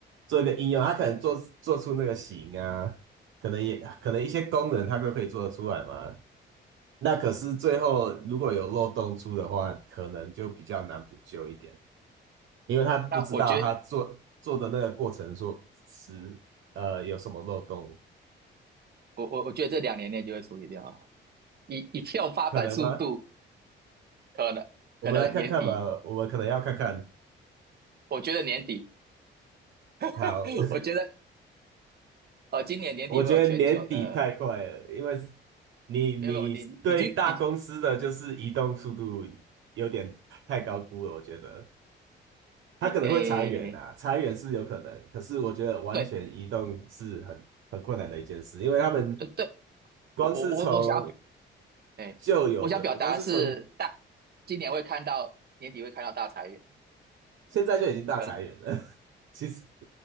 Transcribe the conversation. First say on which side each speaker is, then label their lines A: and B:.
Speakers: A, on the right; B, on the right.
A: 做一个应用，他可能做做出那个型啊，可能也可能一些功能他都可以做得出来嘛。那可是最后如果有漏洞出的话，可能就比较难补救一点。因为他不知道他做做的那个过程说是呃有什么漏洞，
B: 但我觉得我我我觉得这两年内就会处理掉以以跳发展速度，
A: 可能吗？
B: 可能可能年底，
A: 我们来看看吧，我们可能要看看。
B: 我觉得年底，
A: 好，
B: <laughs> 我觉得呃，今年年底会有全球的，
A: <laughs> 我觉得年底太快了，因为你你对大公司的就是移动速度
B: 没有没有，你你去你
A: 有点太高估了，我觉得他可能会裁员啊，
B: 你诶，
A: 裁员是有可能，可是我觉得完全移动是很很困难的一件事，
B: 对
A: 因为他们
B: 对对，
A: 光是从
B: 我我我我想要表，诶，
A: 旧有的，
B: 我想表达的是大，
A: 光是从
B: 今年会看到年底会看到大裁员，
A: 现在就已经大裁员了。
B: 可能
A: <laughs> 其实，